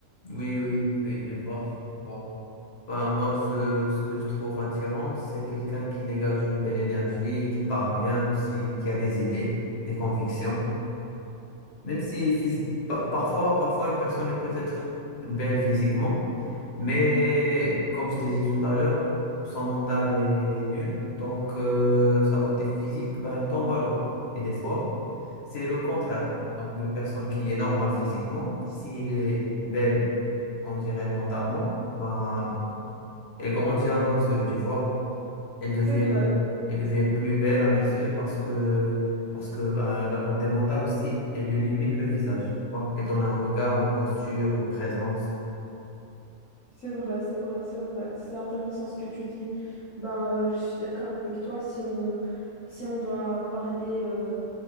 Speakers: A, on the left; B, on the left.
A: Oui, oui, oui, je vois, je vois. Bah, moi, ce, ce que je trouve attirant, c'est quelqu'un qui dégage une belle énergie, qui parle bien aussi, qui a des idées, des convictions. Même si phys- pa- parfois, parfois une personne est peut-être belle physiquement, mais comme je t'ai dit tout à l'heure, son mental est nul, donc euh, sa beauté physique ben, tombe à l'eau. Et des fois, c'est le contraire. Donc une personne qui est normale physiquement, s'il est belle, on dirait mentalement, ben elle grandit à nos yeux, tu vois. Elle devient,
B: C'est vrai,
A: elle devient plus belle à mes yeux parce que, parce que bah, la beauté mentale aussi, elle illumine le visage, tu vois. Elle donne un regard, une posture, une présence.
B: c'est vrai, c'est vrai, c'est vrai. C'est intéressant ce que tu dis. Ben, euh, je suis d'accord avec toi. Si on, si on doit parler euh,